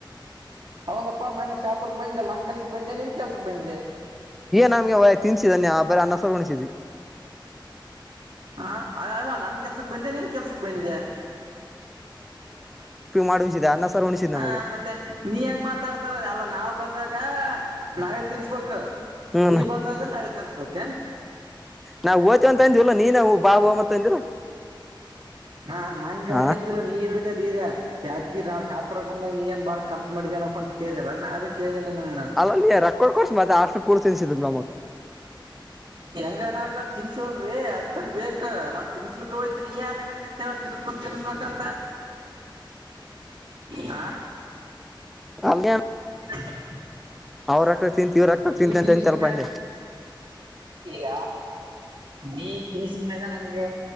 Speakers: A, on the right; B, in the centre.
A: ಹೌದಪ್ಪಾ ಮನೆ ಶಾಪರ್ಗ್ ಬಂದಲ್ಲ ನನ್ ಕೆಲ್ಸಕ್ ಬಂದೆ ನಿನ್ ಕೆಲ್ಸ ಬಂದೆ.
B: ನಮ್ಗೆ ಅವ ತಿನ್ಸಿದನ್ಯಾ ಬರ ಅನ್ನಸರ್ ಉಣಿಸಿದಿ.
A: ಹ ಅ ಅಲ್ಲ ನನ್ ಕೆಲ್ಸಕ್ ಬಂದೆ ನಿನ್ ಕೆಲ್ಸಕ್ ಬಂದೆ.
B: ಮಾಡ ಉಳಿಸಿದ ಅನ್ನ ಸಾರು ಉಣಿಸಿದ್
A: ಹ
B: ನಮಗ
A: ಮತ್ತೆ ನೀ ಹೆಂಗ್ ಮಾತಾಡ್ತಾರ ಅಲ್ಲ ನಾವ್ ಬಂದಾಗ ನಾವೇ ತಿನ್ಸ್ಬೇಕು
B: ಹ್ಮ್
A: ನೀ ಬಂದಾಗ ನಾವೇ ತಿನ್ಸ್ಬೇಕ ಹೇನು.
B: ನಾವು ಓತೀವ ಅಂತ ಅಂದ್ವಲ್ಲಾ ನೀನ್ವು ಬಾಬ ಅಂತ ಅಂದಿ.
A: ಹಾ ನಾನು ಕೆಳಕತ್ತಿಲ್ಲ
B: ಹಾ
A: ನೀನು. ಈಗ ಯಾದ್ಗಿ ನಾ ಶಾಪರ ಬಂದಾಗ ನೀ ಏನ್ ಬಾಳ ಖರ್ಚ ಮಾಡಿದೇನಪ್ಪ ಅಂತ ಕೇಳಳ್ರ ನಾ ಅದು ಕೇಳ್ದೇನೆ ನಂಗಗೆ ನಾನನ್.
B: <unintelligible>
A: ಹೆಂಗನ ಆಗ್ಲಲ್ ತಿನ್ಸವಲ್ರೀ ಅಷ್ಟನ್ ಬೇಕ ನಾ ತಿನ್ಸಲಿಕ್ಕೆ ಹೋಯ್ತ ನೀ ಯಾಕನ. ತಿನ್ಸ್ಬೇಕ ತಿನ್ಸ್್ಬೇಕಂತ ಹ.
B: ಹಂಗೆ
A: <inaudible>
B: ಅವ್ರ ರಕ್ತ ತಿಂತ ಇವ್ರ ರಕ್ತದ
A: ನೀ
B: ತಿಂತ
A: ತಿನ್ಸಿದ
B: ಅಂತ ಸ್ಲ್ಪ
A: ಮ್ಯಾಲ
B: ಅಜೆ
A: ಈಗ ನೀ ತಿಿನಿಸಿದ ಮ್ಯಾಗ ನನಗೆ